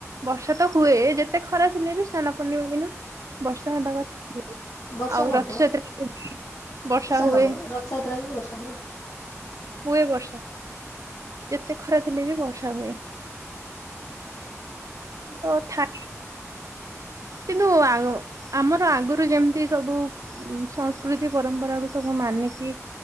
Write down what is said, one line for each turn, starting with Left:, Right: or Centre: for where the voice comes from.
Right: ବର୍ଷା ତ ହୁଏ ଯେ ଏତେ ଖରା ଥିଲେ ବି ସ୍ନାନ ପୂର୍ଣ୍ଣିମା ଦିନ ବର୍ଷା ହେବା କଥା ହୁଏ।
Left: ବର୍ଷା
Right: ଆଉ
Left: ହବ।
Right: ରଥଯାତ୍ରାରେ ବି ବର୍ଷା ହୁଏ।
Left: ହବ ରଥଯାତ୍ରା ବି ବର୍ଷା ହୁଏ
Right: ହୁଏ ଵର୍ଷା। ଯେତେ ଖରା ଥିଲେ ବି ବର୍ଷା ହୁଏ।
Left: ହଁ
Right: ତ ଥାଏ। କିନ୍ତୁ ଆ ଆମର ଆଗରୁ ଯେମିତି ସବୁ ସଂସ୍କୃତି ପରମ୍ପରା କୁ ସବୁ ମାନିକି